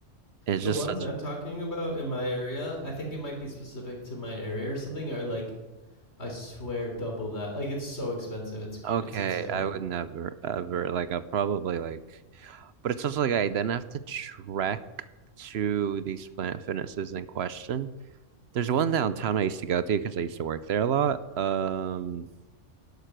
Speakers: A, on the right; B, on the left.
A: It's
B: The
A: just
B: ones
A: Oh, such
B: I'm talking about in my area, I think it might be specific to my area or something, are like I swear, double that. Like it's so expensive. It's
A: Okay,
B: it's insane.
A: I would never ever like I probably like but it's also like I then have to trek to these Planet Fitnesses in question. There's one downtown I used to go to because I used to work there a lot. Um